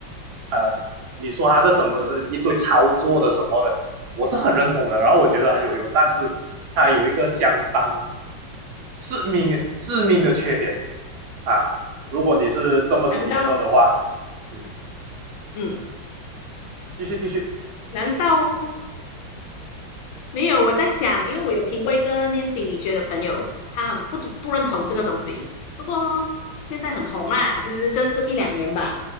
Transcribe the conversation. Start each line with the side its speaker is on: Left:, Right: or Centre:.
Right: 呃，你说它这怎么是一堆操作的什么的，我是很认同的，然后我觉得很有用，但是它有一个相当致命致命的缺点啊，如果你是这么自己测的话，
Left: 难道，
Right: 嗯，
Left: 嗯，
Right: 继续继续，
Left: 难道没有，我在想，因为我有听过一个念心理学的朋友，他很不不认同这个东西。不过现在很红啦，就是这这一两年吧，